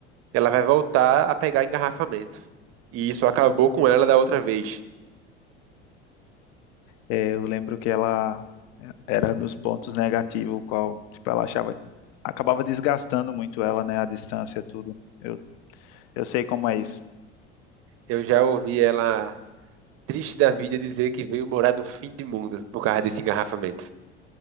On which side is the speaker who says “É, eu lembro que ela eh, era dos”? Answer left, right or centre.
Left